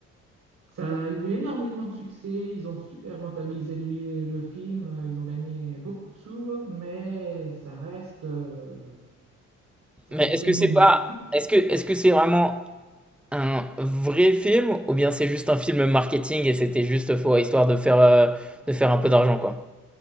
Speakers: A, on the right; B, in the centre.
A: Ça a eu énormément de succès, ils ont super rentabilisé le, le film, euh, ils ont gagné beaucoup de sous, mais ça reste, euh, ça
B: Mais
A: reste
B: est-ce
A: nul.
B: que c'est pas, est-ce que, est-ce que c'est vraiment un vrai film ou bien c'est juste un film marketing et c'était juste faux histoire de faire, euh, de faire un peu d'argent quoi?